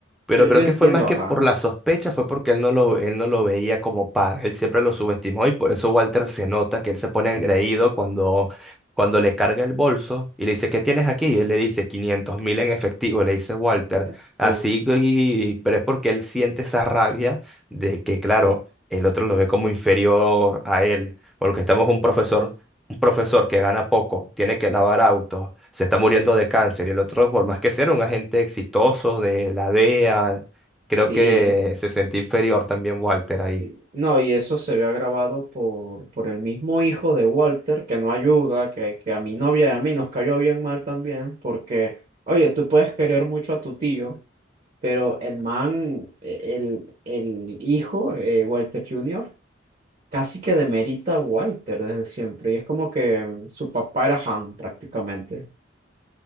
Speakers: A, in the centre; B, on the right.
A: Pero
B: yo, yo
A: creo
B: entiendo
A: que fue más que
B: a
A: por
B: Han.
A: la sospecha, fue porque él no lo, él no lo veía como par. Él siempre lo subestimó y por eso Walter se nota que él se pone engreído cuando, cuando le carga el bolso y le dice, ¿qué tienes aquí? Y él le dice 500 mil en efectivo, le dice Walter.
B: Sí,
A: Así, y, pero es porque él siente esa rabia de que, claro, el otro lo ve como inferior a él. Porque estamos un profesor un profesor que gana poco, tiene que lavar autos, se está muriendo de cáncer y el otro, por más que sea, un agente exitoso de la DEA, creo
B: sí.
A: que se sentía inferior también Walter ahí.
B: Sí, no, y eso se ve agravado por, por el mismo hijo de Walter, que no ayuda, que, que a mi novia y a mí nos cayó bien mal también, porque, oye, tú puedes querer mucho a tu tío, pero el man, eh, el, el hijo, eh, Walter Jr., casi que demerita a Walter desde siempre, y es como que mm, su papá era Han prácticamente.